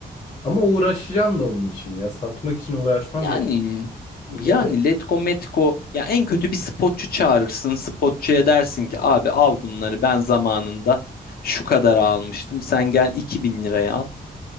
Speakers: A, on the left; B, on the left.
A: Ama uğraşacağım da onun için ya. Satmak için uğraşmam
B: Yani
A: gerek.
B: yani
A: Yani
B: Letgo Metko ya en kötü bir spotçu çağırırsın. Spotçuya dersin ki abi al bunları ben zamanında şu kadar almıştım. Sen gel 2000 liraya al.